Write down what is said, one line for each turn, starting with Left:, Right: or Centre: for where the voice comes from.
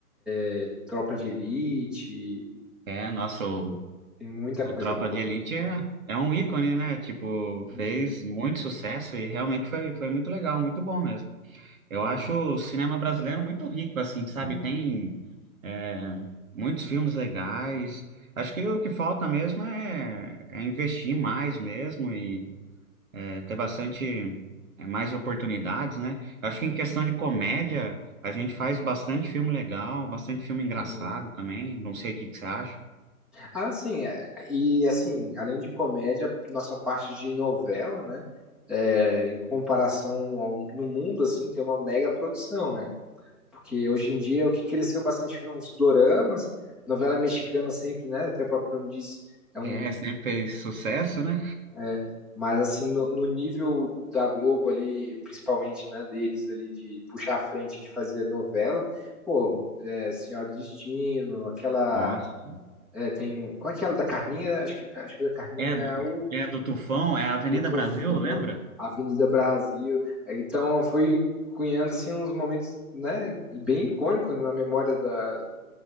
Centre: É Tropa de Elite,
Right: É, nosso,
Centre: tem muita
Right: o
Centre: coisa
Right: Tropa
Centre: boa.
Right: de Elite é, é um ícone, né? Tipo,
Centre: Uhum.
Right: fez muito sucesso e realmente foi, foi muito legal, muito bom mesmo. Eu
Centre: Hum.
Right: acho o cinema brasileiro muito rico, assim, sabe? Tem, é, muitos filmes legais. Acho que o que falta mesmo é, é investir mais mesmo É, ter bastante é, mais oportunidades, né? Eu acho que em questão de comédia, a gente faz bastante filme legal, bastante filme engraçado
Centre: Uhum.
Right: também. Não sei o que que você acha.
Centre: Ah, sim, é, e assim, além de comédia, nossa parte de novela, né? é, em comparação ao, no mundo, assim, tem uma mega produção, né? Porque hoje em dia é o que cresceu bastante foram os doramas, novela mexicana sempre, né? Até o próprio nome diz, é
Right: É,
Centre: um
Right: sempre fez sucesso, né?
Centre: É, mas assim, no, no nível da Globo ali, principalmente, né, deles ali de puxar a frente de fazer novela, pô, é, Senhora do Destino, aquela
Right: Nossa.
Centre: é, tem, qual é aquela da Carminha? Acho que, acho que da Carminha
Right: É do,
Centre: é o
Right: é do Tufão, é Avenida
Centre: do Tufão,
Right: Brasil, lembra?
Centre: Avenida Brasil. É, Então foi cunhando assim uns momentos, né, e bem icônicos na memória da,